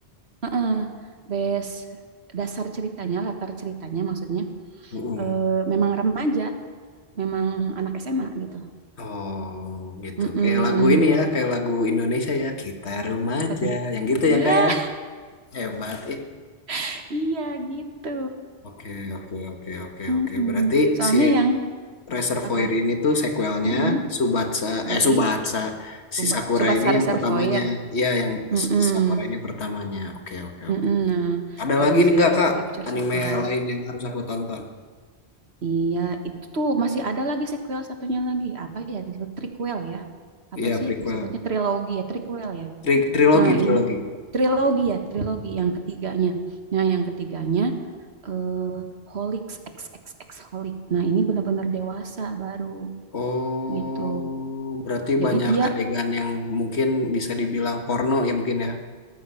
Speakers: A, on the right; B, on the left.
A: heeh, base dasar ceritanya, latar ceritanya maksudnya
B: Mm-mm.
A: eh, memang remaja, memang anak SMA gitu.
B: Oh gitu.
A: Mm-mm.
B: Kayak lagu ini ya, kayak lagu Indonesia ya. Kita remaja,
A: Apa tuh?
B: yang gitu ya
A: Ya,
B: kayak hebat. Eh,
A: <laughs> iya gitu.
B: Oke oke oke oke
A: Mm-mm.
B: oke. Berarti
A: Soalnya
B: si
A: yang
B: Reservoir
A: apa?
B: ini tuh sequelnya
A: Mm-mm.
B: Subatsa
A: Dari
B: eh Subatsa
A: Subah
B: si Sakura
A: Subasa
B: ini yang
A: Reservoir.
B: pertamanya ya yang
A: Mm-mm.
B: S- Sakura ini pertamanya oke oke
A: Mm-mm,
B: oke
A: Nah,
B: ada
A: kalau
B: lagi nih
A: si
B: nggak
A: Cat-
B: Kak
A: Capture
B: anime
A: Sakura,
B: lain yang harus aku tonton
A: iya itu tuh masih ada lagi sequel satunya lagi. Apa ya disebut prequel ya? Apa
B: iya
A: sih
B: prequel
A: disebutnya trilogi ya, prequel ya.
B: Tri- trilogi
A: Nah,
B: trilogi
A: in trilogi ya, trilogi
B: Hmm.
A: yang ketiganya. Nah, yang ketiganya eh Holix x x X Holic. Nah, ini benar-benar dewasa baru
B: oh
A: gitu.
B: berarti
A: Jadi
B: banyak
A: dia
B: adegan yang mungkin bisa dibilang porno ya mungkin ya